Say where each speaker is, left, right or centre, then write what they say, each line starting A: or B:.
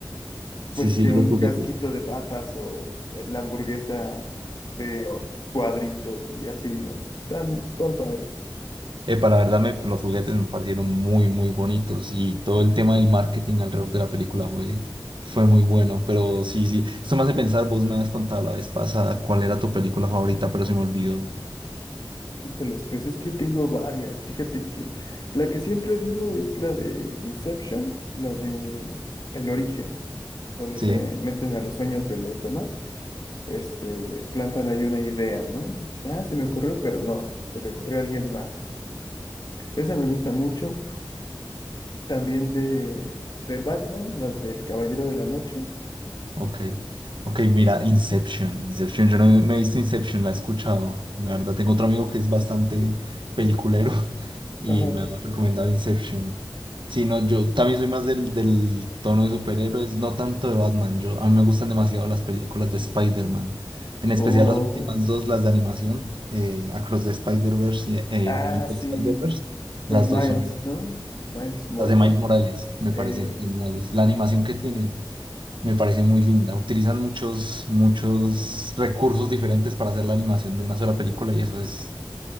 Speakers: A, on the right; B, on the left.
A: Sí,
B: pues
A: sí,
B: que
A: los
B: un
A: juguetes.
B: casquito de papas o eh, la hamburguesa de cuadrito y así, ¿no? Tan, tan padre.
A: Epa, la verdad, me- los juguetes me parecieron muy, muy bonitos y todo el tema del marketing alrededor de la película fue, fue muy bueno. Pero sí, sí, esto me hace pensar, vos me habías contado la vez pasada cuál era tu película favorita, pero se me olvidó.
B: Híjoles, pues es que tengo varias. Fíjate que la que siempre digo es la de Inception, la de El Origen, donde
A: Sí.
B: se meten a los sueños de los demás. este, y les plantan ahí una idea, ¿no? Dice, ah, se me ocurrió, pero no, se le ocurrió a alguien más. Esa me gusta mucho. También de, de Batman, las del Caballero de la Noche.
A: Ok, ok, mira, Inception, Inception, yo no me he visto Inception, la he escuchado, la verdad tengo otro amigo que es bastante peliculero <laughs> y
B: Ajá.
A: me ha recomendado Inception. Sí, no, yo también soy más del, del tono de superhéroes, no tanto de Batman, yo, a mí me gustan demasiado las películas de Spider-Man, en especial
B: O,
A: las últimas dos, las de animación, eh, Across the Spider-Verse y eh,
B: ah,
A: Into
B: sí,
A: the Spider-Verse,
B: con
A: las dos
B: Miles,
A: son,
B: ¿no? Miles Morales.
A: las de Miles Morales, me
B: Eh,
A: parecen geniales, la animación que tienen. Me parece muy linda. Utilizan muchos, muchos recursos diferentes para hacer la animación de una sola película y eso es